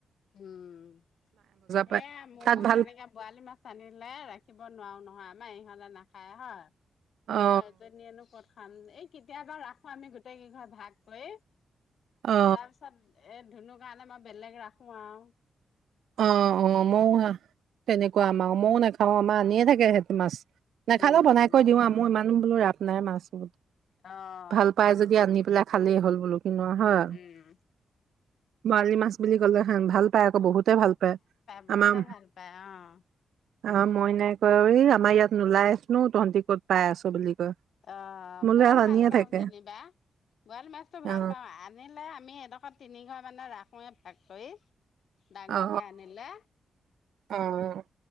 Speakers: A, on the left; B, on the right.
A: উম! সেয়া,
B: পাই
A: মোৰ
B: তাত ভাল
A: তেনেকে বৰালি মাছ আনিলে ৰাখিব নোৱাৰো নহয়। আ নাই ইহতে নাখায় হয়,
B: অ
A: মই এজনীয়েনো কত খাম। এই কেতিয়াবা ৰাখো, আমি গোটেই কেইঘৰ ভাগ কৰি।
B: অ
A: তাৰপিছত এই ধুনুৰ কাৰণে মই বেলেগ ৰাখো আও।
B: অ' অ' মও তেনেকুৱা আমাৰ, ময়ো নাখাও আমাৰ আনিয়ে থাকে সেইটো মাছ। নাখালেও
A: উম,
B: বনাই কৈ দিওঁ আও, মোৰ ইমানো বোলো ৰাপ নাই মাছত।
A: অ',
B: ভাল পাই যদি আনি পেলেই খালেই হ'ল বোলো। <unintelligible>
A: উম,
B: হয়
A: উম,
B: বৰালি মাছ বুলি ক'লে ভাল পায় আকৌ বহুত। বহুতে ভাল পায়
A: বহুতে
B: আমাৰ।
A: ভাল পায় অ',
B: অ' মইনাই কয়, এই আমাৰ ইয়াত নোলাই <unintelligible> নো তহঁটি ক'ত পাই আছ বুলি। কয়
A: অ'
B: মোলৈ
A: মইও
B: ইয়াত
A: ভাল
B: আনিয়ে
A: পাও
B: থাকে
A: যেনিবা। বৰালী মাছটো ভাল
B: অ
A: পাওঁ, আনিলে আমি এইডখৰত তিনিঘৰে মানে ৰাখ খো এ ভাগ কৰি ডাঙৰকে
B: অ
A: আনিলে।
B: অ'